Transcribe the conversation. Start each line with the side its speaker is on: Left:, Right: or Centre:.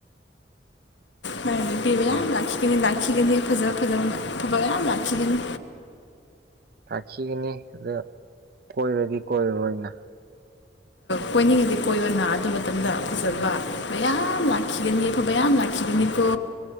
Left: ꯅꯪ ꯅꯨꯄꯤ ꯃꯌꯥꯝ
Right: ꯑ
Left: ꯂꯥꯛꯈꯤꯒꯅꯤ ꯂꯥꯛꯈꯤꯒꯅꯤ ꯐꯖ ꯐꯖꯕ ꯃꯌꯥꯝ ꯂꯥꯛꯈꯤꯒꯅꯤ
Right: ꯊꯥꯈꯤꯒꯅꯤ ꯑꯗꯨ ꯀꯣꯏꯔꯗꯤ ꯀꯣꯏꯔꯔꯣꯏꯅ
Left: ꯀꯣꯏꯅꯤꯡꯉꯗꯤ ꯀꯣꯏꯌꯣꯅꯥ ꯑꯗꯨ ꯃꯇꯝꯗ ꯐꯖꯕ ꯃꯌꯥꯝ ꯂꯈꯤꯒꯅꯤꯕ ꯃꯌꯥꯝ ꯂꯈꯤꯒꯅꯤꯀꯣ